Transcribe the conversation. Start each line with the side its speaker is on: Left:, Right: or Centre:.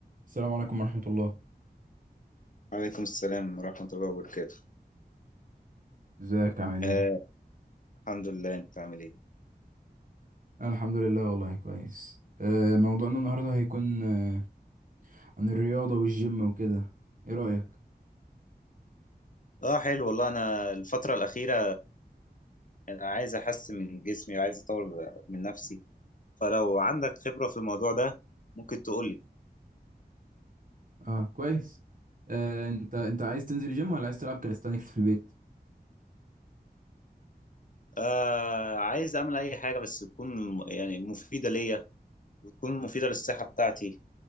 Right: السلام عليكم ورحمة الله
Left: وعليكم السلام ورحمة الله وبركاته
Right: ازيك عامل ايه؟
Left: آه الحمد لله انت عامل ايه؟
Right: أنا الحمد لله والله كويس آه، موضوعنا النهاردة هيكون آه، عن الرياضة والجيم وكده ايه رأيك؟
Left: اه حلو والله انا الفترة الأخيرة انا عايز احسن من جسمي وعايز اطور من نفسي فلو عندك خبرة في الموضوع ده ممكن تقول لي
Right: اه كويس آه، انت انت عايز تنزل الجيم ولا عايز تلعب كاليستانيكس في البيت؟
Left: آه عايز اعمل اي حاجة بس تكون يعني مفيدة ليا وتكون مفيدة للصحة بتاعتي